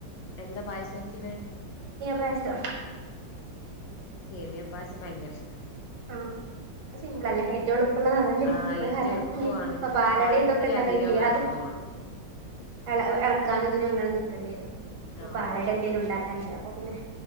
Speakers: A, on the left (about 80°); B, on the right (about 65°).
A: എന്താ പായസം വെക്ണ്
B: പായസം
A: ആഹ സേമിയം പായസം ഭയങ്കര ഇഷ്ടം
B: ആഹ സിംമ്പിൾ അല്ലേ ഹെ എറ്റവുംഎളുപ്പമുള്ളതാതല്ലേ
A: ആഹ്
B: വേറെ
A: ഏറ്റവും എളുപ്പവുമാണ്
B: ഇ പാലട
A: പാല്
B: എന്തൊക്കെ
A: ഇത്തിരി
B: ണ്ടാക്കണങ്കിൽഅത്
A: അധികം വേണംന്നേള്ളു
B: ആഎളക്കാനും എന്തിനും അങ്ങനെ നിക്കേണ്ടി വരും അപ്പൊ
A: ആഹ്
B: പാലട എന്തെിലും ഉണ്ടാക്കാണ് ചെയ്യാം അപ്പൊ പിന്നെ